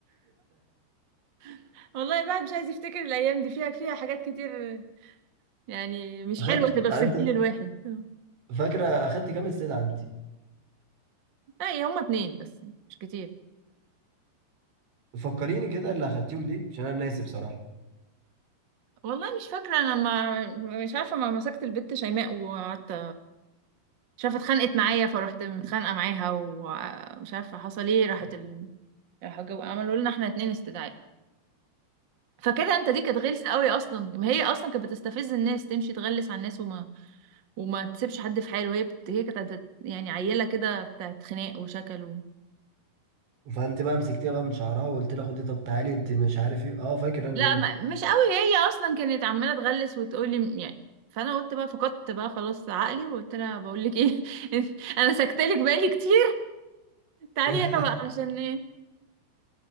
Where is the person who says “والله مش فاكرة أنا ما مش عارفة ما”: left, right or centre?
Right